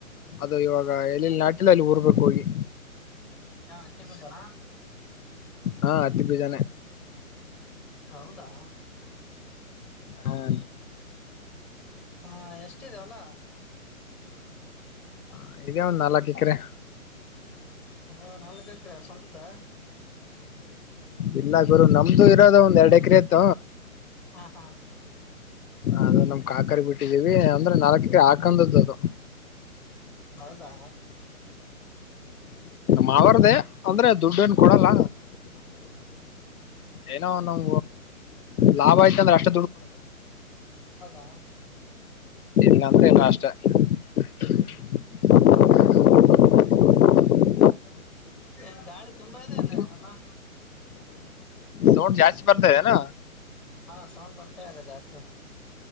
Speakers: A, on the left; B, in the centre.
A: ಅದು ಇವಾಗ ಎಲ್ಲಿಲ್ಲಿ ನಾಟಿಲ್ಲ ಅಲ್ಲಿ ಊರ್ಬೇಕು ಹೋಗಿ
B: ಹಾ ಹತ್ತಿ ಬೀಜನ
A: ಹಾ ಹತ್ತಿ ಬಿಜಾನೇ
B: ಹೌದಾ
A: ಹೌ
B: ಹಾ ಎಷ್ಟಿದೆ ಹೊಲ
A: ಹ ಇದೇ ಒಂದ್ ನಾಲ್ಕು ಎಕರೆ,
B: ಹಾ ನಮ್ಮದೇ ಸ್ವಂತದ
A: ಇಲ್ಲ ಗುರು ನಮ್ದು ಇರೋದ ಒಂದು ಎರಡು ಎಕರೆ ಆಯತ
B: ಹಾ ಹಾ
A: ಅದು ನಮ ಕ ಕರಿ ಬಿಟ್ಟಿದ್ದೀವಿ ಅಂದ್ರೆ ನಾಲ್ಕ ಎಕರೆ ಹಾಕಂದದ್ದು ಅದು
B: ಹೌದಾ
A: ಮಾವಾರದೆೇ ಅಂದ್ರೆ ದುಡ್ಡ ನ್ ಕೊಡಲ್ಲ ಏನೋ, ನಮ ಲಾಭ ಆಯ್ತ ಅಂದ್ರೆ ಅಷ್ಟ
B: ಹೌದಾ
A: ಇಲ್ಲಂತ ಇನು ಅಷ್ಟೆ <unintelligible>
B: ನ್ ಗಾಳಿ ತುಂಬಾ ಇದೆ ಅಲ್ಲ
A: ನಿಮ್
B: ಅಲ್ಲಾ
A: ಸೌಂಡ್ ಜಾಸ್ತಿ ಬರ್ತದೆನಾ
B: ಹಾ ಸೌಂಡ್ ಬರ್ತಾ ಇದೆ ಜಾಸ್ತಿ,